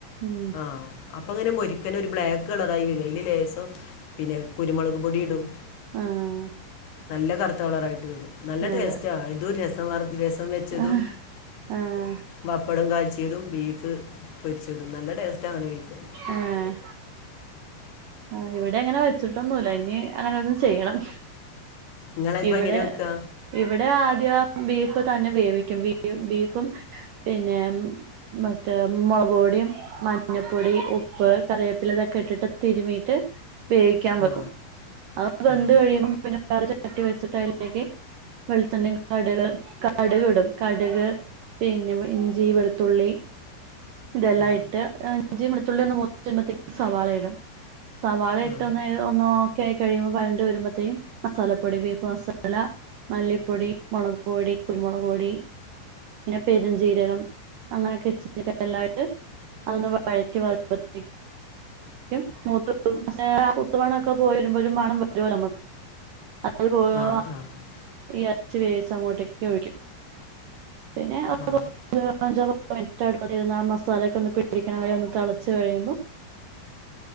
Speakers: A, on the right; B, on the left.
A: ഉം
B: ആഹ് അപ്പൊ അങ്ങനെ മുരിക്കന ഒരു ബ്ലാക്ക് കളറായി വരും അയിൽ ലേസം പിന്നെ കുരുമുളക് പൊടി ഇടും
A: ആഹ്
B: നല്ല കറുത്ത കളറായിട്ട് വരും നല്ല
A: അതെ
B: ടേസ്റ്റാ ഇതും രസം വർ രസം വെച്ചതും
A: ആഹ് ആഹ്
B: വപ്പടം കാച്ചിയതും ബീഫ് പൊരിച്ചതും നല്ല ടേസ്റ്റാ അങ്ങനെ കഴിക്കാൻ
A: ഏഹ് ആഹ് ഇവിടെ അങ്ങനെ വെച്ചിട്ടൊന്നുല്ല ഇനി അങ്ങനെ ഒന്നു ചെയ്യണം
B: നിങ്ങളൊക്കെ ഇപ്പം
A: ഇവിടെ
B: എങ്ങനെ വെക്കുക
A: ഇവടെ ആദ്യം ബീഫ് തന്നെ വേവിക്കും ബീഫ് ബീഫും പിന്നെ മറ്റേ മൊളക് പൊടിം മഞ്ഞപ്പൊടി ഉപ്പ് കറിവേപ്പില ഇതൊക്കെ ഇട്ടിട്ട് തിരുമീട്ട് വേവിക്യാം വെക്കും
B: ആ
A: അത് വെന്ത്
B: ആ ആ
A: കഴിയുമ്പോ പിന്നേ വേറൊരു ച ചട്ടി വെച്ചിട്ട് അയിലേക്ക് വെളിച്ചെണ്ണി കടക് കടക് ഇടും കടക് പിന്നെ ഇഞ്ചി വെൾത്തുള്ളി ഇതെല്ലാം
B: ആ
A: ഇട്ട് ഇഞ്ചി വെളുത്തുള്ളി ഒന്നു മൂത്ത് വരുമ്പയത്തേക്കും സവാള ഇടും സവാള ഇട്ട്
B: ആ ആ
A: ഒന്ന് ഒന്നോക്കെ ആയി കഴിയുമ്പോ വയണ്ട് വരുമ്പത്തേക്കും മസാല പോടി ബീഫ് മസാല മല്ലി പോടി മൊളക് പൊടി കുരുമുളക് പൊടി പിന്നെ പെരുഞ്ചീരകം അങ്ങനെയൊക്കെ ഇച്ചിരി എല്ലാ ഇട്ട് അതൊന്ന് വഴറ്റി വരുമ്പോത്തേ ക്കും മൂത്ത് <unintelligible> മൂത്ത് മണ ഒക്ക പോയി വരുമ്പോ ഒരു മണം വരോ നമു <unintelligible>
B: ആ ആ ആ
A: എർച്ചി വേവിച്ച അങ്ങോട്ടേക്ക് ഒഴിക്കും പിന്നേ <unintelligible>
B: ആ
A: അഞ്ചോ പത്തോ മിൻറ്റ് അടുപ്പത്തിരുന്നു ആ മസാലയൊക്ക ഒന്ന് പിടിക്ക്ണ വരെ ഒന്ന് തെളച്ച് കഴിയുമ്പോ